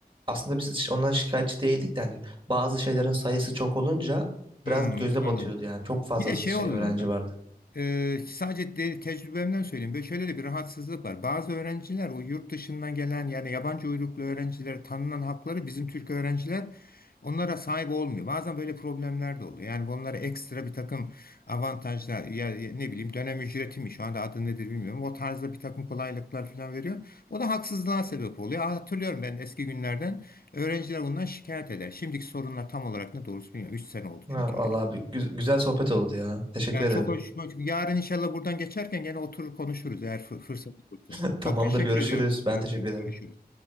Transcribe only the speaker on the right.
aslında biz hiç ondan şikayetçi değildik de hani bazı şeylerin sayısı çok olunca
biraz göze
batıyordu yani. Çok fazla
şey
öğrenci
vardı.
Ha,
vallahi
bir gü- güzel sohbet oldu ya. Teşekkür
ederim.
E, Tamamdır
görüşürüz.
Ben
teşekkür ederim.